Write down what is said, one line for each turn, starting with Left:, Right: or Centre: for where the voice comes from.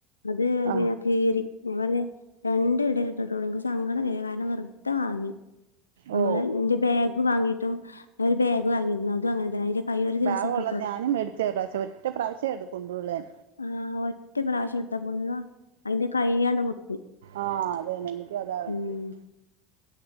Left: അത്
Right: ആ
Left: പിന്നെ കീറി ഞാപറഞ്ഞ് രണ്ട് ഇഡലിതട്ടു എൻക്ക് സങ്കടംവരും കാരണം വെറുത വാങ്ങി നമ്മള്
Right: ഓ
Left: എന്റെ ബാഗ് വാങ്ങിയിട്ടും ഒരു ബാഗ് വാങ്ങിരുന്നു അതും അങ്ങനെ തന്നെ ആയ് ഒരു ദിവസിട്ടു
Right: ഭാഗമുള്ളത് ഞാനും മേടിച്ച് ഒര് പ്രാവശ്യം ഒറ്റ പ്രവശേ എടുകൊണ്ടുള്ളേൻ
Left: ആഹ ഒറ്റ പ്രാവശ്യം എടുത്താ പോണല്ലോ അതിന്റെ കൈ്യണ്ട് പൊട്ടി
Right: ആഹ അത തന്നെ എനിക്കും അതാ പറ്റല്ല
Left: ഉം